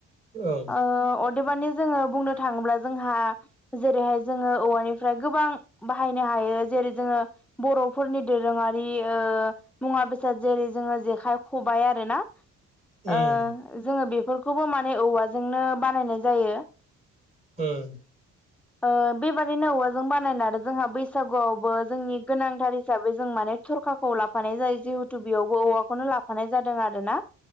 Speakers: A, on the right (about 20°); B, in the centre.
A: ओं
B: ओ अ देबानि जोङो बुंनो थाङोब्ला जोंहा जेरैहाय जोङो औवानि फ्राय गोबां बाहायनो हायो जेरै जोङो बर'फोरनि दोरोङारि ओ मुवा बेसाद जेरै जोङो जेखाइ खबाय आरो ना
A: उम
B: ओ जोङो बेफोरखौबो माने औवाजोंनो बानायनाय जायो।
A: उम
B: ओ बेबादिनो औवाजों बानायना आरो जोंहा बै सागुआवबो जोंनि गोनांथार हिसाबै जों माने थरखाखौ लाब फानाय जायो जिहेथु बेयावबो औवाखौनो लाफानाय जादों आरोना